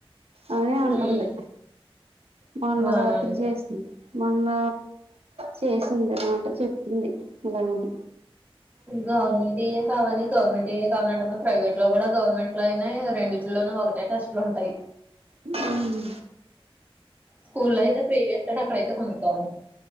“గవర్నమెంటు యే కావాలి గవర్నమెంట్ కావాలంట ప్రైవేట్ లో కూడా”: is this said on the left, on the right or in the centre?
Right